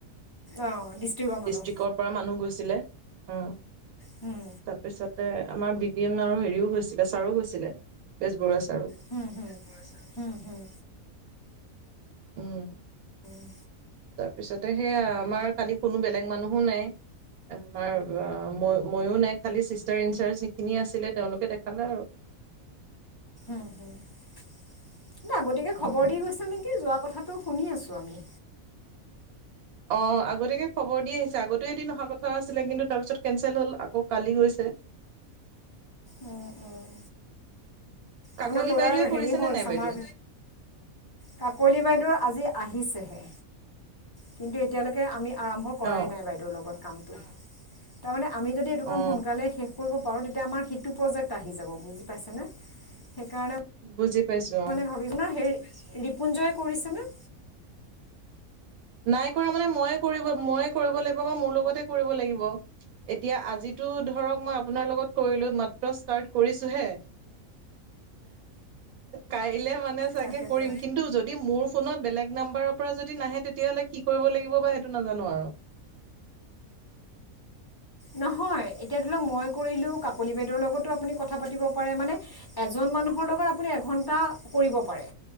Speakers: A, on the left; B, on the right.
A: অঁ ডিষ্ট্ৰিক্টৰ মানুহ
B: ডিষ্ট্ৰিক্ৰ পৰা মানুহ গৈছিলে আহ।
A: হুম
B: তাৰপিছতে আমাৰ বি পি এম আৰু হেৰিও গৈছিলে ছাৰও গৈছিলে বেজবৰুৱা ছাৰো
A: হম - হম - হম - হম।
B: উম,
A: হুম
B: তাৰ পিছতে সেয়া আমাৰ খালি কোনো বেলেগ মানুহো নাই আমাৰ অ, ম মই নাই কালি খিনি আছিলে তেওলোকে দেখালে আৰু।
A: আগতিয়াকে খবৰ
B: উম
A: দি গৈছে নেকি যোৱা কথাটো। শুনি আছো আমি।
B: অ, আগতীয়াকে খবৰ দি আহিছে আগতেও এদিন অহা কথা আছিলে কিন্তু তাৰপিছত কেনচেল হ'ল আকৌ কালি গৈছিল। এক <unintelligible>
A: উম, উম।
B: কাকলি
A: আপোনাৰ ল'ৰাৰ
B: বাইদেৱে কৰিছেনে
A: হেৰি হ'ল?
B: নাই
A: চামাৰ।
B: বাইদেউ
A: কাকলি বাইদেউ আজি আহিছেহে। কিন্তু এতিয়ালৈকে আমি আৰম্ভ কৰাই
B: অ
A: নাই বাইদেউৰ লগত কামটো। তাৰমানে আমি যদি এইটো কাম
B: অ
A: সোনকালে শেষ কৰিব পাৰোঁ তে তেতিয়া আমাৰ সিটো প্ৰজেক্ট আহি যাব বুজি পাইছে নে? সেইকাৰণে
B: বুজি পাইছো অ
A: মানে ভাবিম না, হেই ৰিপুঞ্জয়ে কৰিছে নে?
B: নাই কৰা মানে মইয়ে কৰিব মইয়ে কৰিব লাগিব বা মোৰ লগতে কৰিব লাগিব। এতিয়া আজিতো ধৰক মই আপোনাৰ লগত কৰিলো। মাত্ৰ ষ্টাৰ্ট কৰিছো হে। কাইলে মানে চাগে
A: তাকেতো
B: কৰিম। কিন্তু, যদি মোৰ ফোনত বেলেগ নাম্বাৰৰ পৰা যদি নাহে কেতিয়ালে কি কৰিব লাগিব বা সেইটো নাজানোঁ আৰু
A: নহয়। এতিয়া ধৰি লওক মই কৰিলো, কাকলি বাইদেউৰ লগতো আপুনি কথা পাতিব পাৰে মানে এজন মানুহৰ লগত এঘণ্টা কৰিব পাৰে।